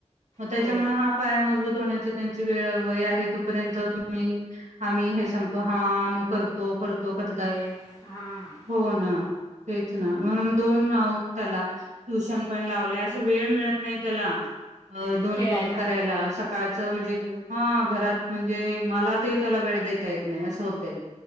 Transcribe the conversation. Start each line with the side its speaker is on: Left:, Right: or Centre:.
Right: मग त्याच्यामुळे
Left: हो
Right: हा पाया मजबूत होण्यात... त्यांच वेळ वय आहे, तोपर्यंत तुम्ही आम्ही हे स तो हा आम्ही करतो करतो करतात.
Left: <inaudible> हा
Right: हो ना तेच ना म्हणून दोन त्याला ट्युशन पण लावलंय अस वेळ मिळत.. नाही त्याला दोन
Left: खेळायला
Right: दोन करायला स काळच म्हणजे, हा घरात म्हणजे मला ते.... त्याला वेळ देता येत नाही असं होत